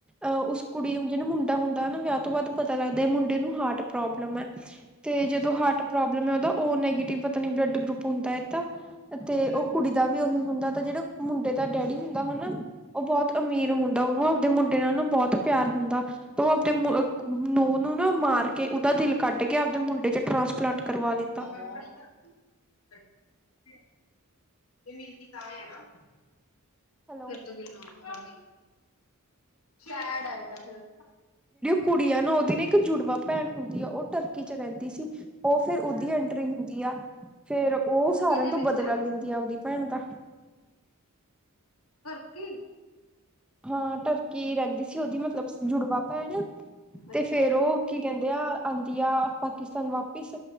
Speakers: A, in the centre; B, on the left.
A: ਅ ਉਸ ਕੁੜੀ ਜਿਹੂੰ ਮੁੰਡਾ ਹੁੰਦਾ ਨਾ ਵਿਆਹ ਤੋਂ ਬਾਅਦ ਪਤਾ ਲੱਗਦਾ ਮੁੰਡੇ ਨੂੰ ਹਾਰਟ ਪ੍ਰੋਬਲਮ ਹੈ ਤੇ
B: ਅੱਛਾ
A: ਜਦੋਂ ਹਾਰਟ ਪ੍ਰੋਬਲਮ ਹੈ ਉਹਦਾ ਉਹ ਨੈਗੇਟਿਵ ਪਤਾ ਨੀ ਬਲੱਡ ਗਰੁਪ ਹੁੰਦਾ ਹੈ ਤਾਂ।
B: ਹੂੰ
A: ਉਹ ਕੁੜੀ ਦਾ ਵੀ ਉਹੀ ਹੁੰਦਾ ਤਾਂ ਜਿਹੜਾ ਮੁੰਡੇ ਦਾ ਡੈਡੀ ਹੁੰਦਾ ਹਨਾ, ਉਹ ਬਹੁਤ ਅਮੀਰ
B: ਹੂੰ
A: ਹੁੰਦਾ।
B: ਹੂੰ ਹੂੰ
A: ਉਹ ਦੇ ਮੁੰਡੇ ਨਾਲ ਨਾ ਬਹੁਤ ਪਿਆਰ ਹੁੰਦਾ। ਤੇ ਉਹ ਆਪਦੇ ਨੂੰਹ ਨੂੰ ਨਾ ਮਾਰ ਕੇ ਉਹਦਾ ਦਿਲ ਕੱਢ ਕੇ ਆਪਦੇ ਮੁੰਡੇ ਚ ਟਰਾਂਸਪਲਾਂਟ ਕਰਵਾ ਲੈਂਦਾ।
B: ਹਾਂ। <inaudible> <unintelligible> ਤਾਂ ਹੈ ਨਾ।
A: ਹੈਲੋ
B: ਫਿਰ ਤੋਂ ਗਿਣਨਾ ਔਖਾ। ਚ ਐੱਡ ਏ ਫਿਰ।
A: ਕੁੜੀਆਂ ਨਾ ਉਹਦੀ ਨਾ ਇੱਕ ਜੁੜਵਾ ਭੈਣ ਹੁੰਦੀ ਆ। ਉਹ ਟਰਕੀ 'ਚ ਰਹਿੰਦੀ ਸੀ ਉਹ ਫਿਰ ਉਹਦੀ
B: ਹੂੰ ਹੂੰ
A: ਐਂਟਰੀ ਹੁੰਦੀ ਆ। ਫੇਰ ਉਹ ਸਾਰਿਆਂ
B: ਕਿਹਦੇ
A: ਤੋਂ
B: ਵਿੱਚ
A: ਬਦਲਾ ਲੈਂਦੀ ਆ ਆਪਦੀ ਭੈਣ ਦਾ।
B: ਬਲ ਕਿ।
A: ਹਾਂ ਟੱਕੀ ਰਹਿੰਦੀ ਸੀ ਉਹਦੀ ਸ ਮਤਲਬ ਜੁੜਵਾ ਭੈਣ ਤੇ
B: ਅੱਛਾ
A: ਫੇਰ ਉਹ। ਕੀ ਕਹਿੰਦੇ ਆ ਆਉਂਦੀਆ ਪਾਕਿਸਤਾਨ ਵਾਪਿਸ।